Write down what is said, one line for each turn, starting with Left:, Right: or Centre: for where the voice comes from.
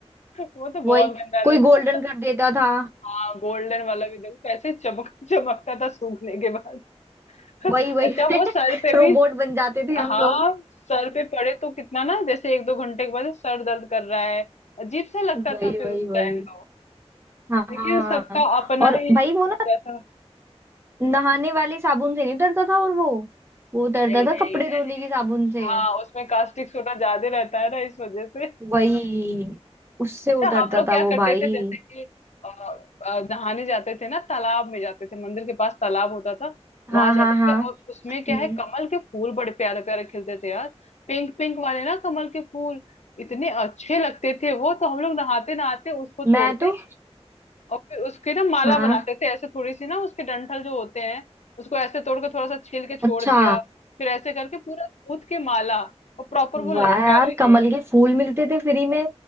Left: वो तो बहुत
Right: वही
Left: गंदा
Right: कोई
Left: लगता
Right: गोल्डन
Left: था
Right: कर देता था
Left: हाँ गोल्डन वाला भी देखो कैसे चमक चमकता था सूखने के बाद <laughs>
Right: वही वही
Left: अच्छा वो
Right: <laughs>
Left: सर पे
Right: रोबोट
Left: भी
Right: बन जाते थे
Left: हाँ
Right: हम लोग
Left: सर पे पड़े तो कितना ना जैसे एक दो घंटे के बाद सर दर्द कर रहा है अजीब सा लगता
Right: वही
Left: था फिर
Right: वही
Left: उस
Right: वही
Left: टाइम तो
Right: हाँ हाँ।
Left: लेकिन सबका अपना
Right: और
Left: ही
Right: भाई
Left: लगता
Right: वो ना
Left: था
Right: नहाने वाले साबुन से नहीं उतरता था और वो वो उतरता
Left: नहीं
Right: था
Left: नहीं
Right: कपड़े
Left: नहीं
Right: धोने की साबुन से
Left: हाँ उसमें कास्टिक सोडा ज्यादा रहता है ना इस वजह से
Right: वही उससे
Left: अच्छा
Right: उतरता
Left: हम लोग क्या
Right: था वो
Left: करते
Right: भाई
Left: थे जैसे कि अ, अ, नहाने जाते थे ना तालाब में जाते थे मंदिर के पास तालाब होता था वहां
Right: हाँ
Left: जाते
Right: हाँ हाँ
Left: थे और उसमें
Right: हम्म।
Left: क्या है कमल के फूल बड़े प्यारे प्यारे खिलते थे यार पिंक पिंक वाले ना कमल के फूल इतने अच्छे लगते थे वो तो हम लोग नहाते नहाते उसको तोड़ते
Right: मैं तो
Left: और फिर उसकी ना माला
Right: हाँ
Left: बनाते थे ऐसे थोड़ी सी ना उसके डंठल जो होते हैं उसको ऐसे तोड़ के थोड़ा सा छील के छोड़
Right: अच्छा
Left: दिया फिर ऐसे करके पूरा गूंथ के माला और प्रॉपर वो लटका
Right: वाह यार
Left: रहे
Right: कमल के फूल मिलते थे फ्री में